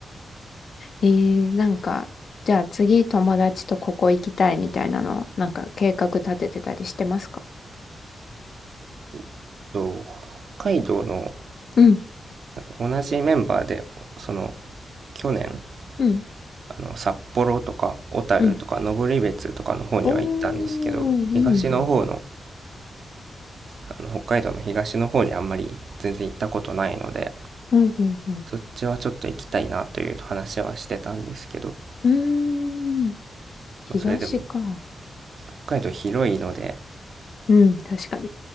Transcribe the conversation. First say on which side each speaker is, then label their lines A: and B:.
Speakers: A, on the left (about 55°); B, on the right (about 60°).
A: ええなんか、じゃあ次友達とここ行きたいみたいなの、なんか計画立ててたりしてますか
B: えっと、北海道の、
A: うん、
B: なんか同じメンバーで、その、去年、
A: うん、
B: あの、札幌とか小樽とか登別とかの方には行ったんですけど、
A: うん。おー、いいな。
B: 東の方の、あの、北海道の東の方にあんまり全然行ったことないので、
A: うん、うん、うん。
B: そっちはちょっと行きたいなという話はしてたんですけど、
A: うーん、東か。
B: まあ、それでも北海道広いので、
A: うん、確かに。